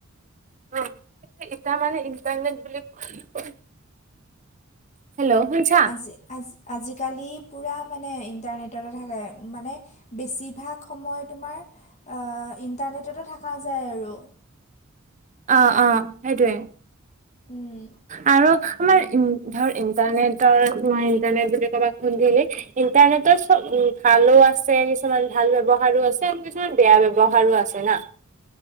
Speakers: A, on the right; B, on the left.
A: অ', ইটা মানে ইণ্টাৰনেট বুলি ক হেল্ল শুনিছা।
B: আজি আজ আজিকালি পূৰা মানে ইণ্টাৰনেটতে থাকে মানে বেছিভাগ সময় তোমাৰ ইণ্টাৰনেটতে থকা যায় আৰু।
A: অ', অ', সেইটোয়ে।
B: উম।
A: আৰু আমাৰ ধৰ ইণ্টাৰনেটৰ ইণ্টাৰনেট বুলি ক'বাক সুধিলি ইণ্টাৰনেটৰ চব উ ভালো আছে কিছুমান ভাল ব্যৱহাৰ আছে আৰু কিছুমান বেয়া ব্যৱহাৰো আছে না।